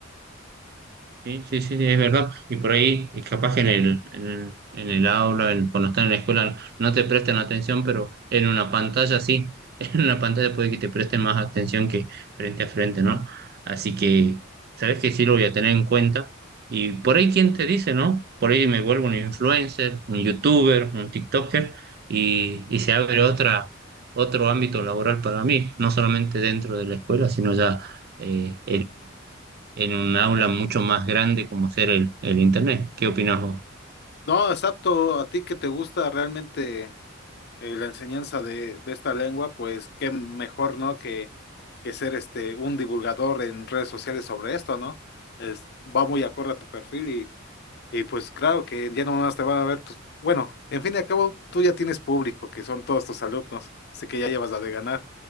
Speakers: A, on the right; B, on the left.
A: Sí, sí, sí, es verdad. Y por ahí, es capaz que en el, en, en el aula, en- cuando están en la escuela, no te prestan atención, pero en una pantalla sí. <laughs> En una pantalla puede que te presten más atención que frente a frente, ¿no? Así que, sabes que sí lo voy a tener en cuenta. Y por ahí, ¿quién te dice, no? Por ahí me vuelvo un influencer, un youtuber, un TikToker, y, y se abre otra, otro ámbito laboral para mí, no solamente dentro de la escuela, sino ya eh, en un aula mucho más grande como ser el, el Internet. ¿Qué opinas vos?
B: No, exacto, a ti que te gusta realmente. eh, la enseñanza de, de esta lengua, pues qué mejor, ¿no? Que, que ser este un divulgador en redes sociales sobre esto, ¿no? Es, va muy acorde a tu perfil y pues claro que ya no más te van a ver tus... Bueno, en fin y al cabo, tú ya tienes público, que son todos tus alumnos. Sé que ya llevas la de ganar,